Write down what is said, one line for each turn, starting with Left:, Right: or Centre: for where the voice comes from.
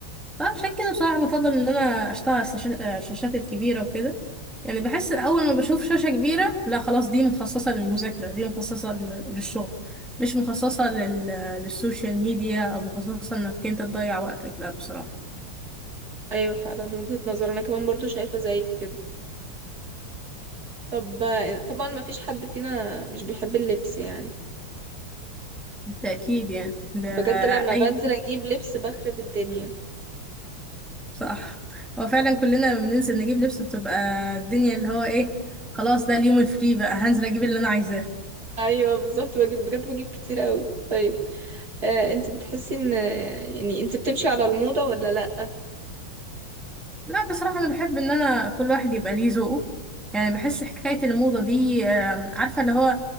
Centre: فعشان كده بصراحة بفضل إن أنا أشتغل على الشاش- الشاشات الكبيرة وكده يعني بحس أول ما بشوف شاشة كبيرة لا خلاص دي مخصصة للمذاكرة دي مخصصة لل- للشغل مش مخصصة لل... للسوشيال ميديا أو مخصصة إنك أنت تضيع وقتك لا بصراحة
Right: ايوه فعلا وجهة نظر انا كمان برضو شايفه زيك كده طب آه، طبعا ما فيش حد فينا مش بيحب اللبس يعني
Centre: بالتأكيد يعني ده
Right: بجد لما
Centre: أي
Right: بنزل اجيب لبس بخرب الدنيا
Centre: صح هو فعلا كلنا لما بننزل نجيب لبس بتبقى الدنيا اللي هو ايه خلاص ده اليوم الفري بقى هنزل اجيب اللي انا عايزاه
Right: ايوه بالظبط بجيب بجد بجيب كتير قوي طيب آه، انت بتحسي ان يعني انت بتمشي على الموضة ولا لا
Centre: لا بصراحة أنا بحب إن أنا كل واحد يبقى ليه ذوقه يعني بحس حكاية الموضة دي آم، عارفة اللي هو